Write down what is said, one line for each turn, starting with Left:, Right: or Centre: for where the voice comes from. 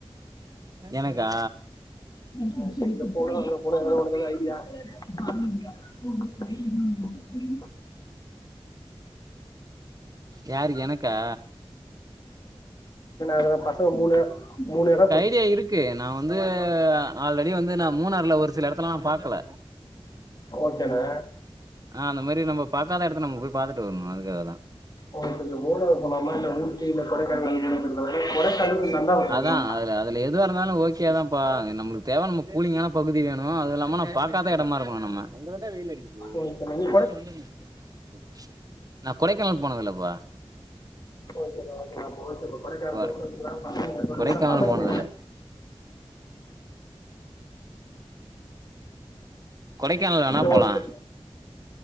Right: எனக்கா
Left: <unintelligible> ஐடியா <unintelligible>
Right: யார் எனக்கா
Left: அ‌ பசங்க மூணு மூணு எட
Right: ய இருக்கு நா வந்து ஆல்ரெடி வந்து நா மூணாறுல ஒரு சில எடத்தலா பாக்கல
Left: ஓக்கேணா
Right: ஆ அந்த மாரி நம்ம பாக்காத எடத்த நம்ம போய் பாத்துட்டு வர்ணு அதுக்காகதா
Left: உங்களுக்கு மூணாறு போலாமா இல்ல ஊட்டி இல்ல கொடைக்கானல் இத விட கொடைக்கானல் நல்லா இருக்கும்
Right: அதா அதுல அது எதுவாருந்தாலு ஓகேதான்ப்பா நம்முளுக்கு தேவ நம்ம கூலிங்கான பகுதி வேணு அதில்லாம நம்ம பாக்காத எடமாருக்கணும் நம்ம புல்லரிக்குது
Left: ஏ இப்ப மணி
Right: இல்லல்ல ஒன்னுல்ல நா கொடைக்கானல் போனதில்லப்பா
Left: ஓகேண்ணா ஓகேண்ணா அப்ப ஓகே இப்ப கொடைக்கானல்
Right: <unintelligible>
Left: போறதுக்கு பசங்க சொல்லுங்க
Right: கொடைக்கானல்
Left: பசங்க
Right: போனதில்ல கொடைக்கானல் வெணா
Left: ஓகேண்ணா
Right: போலா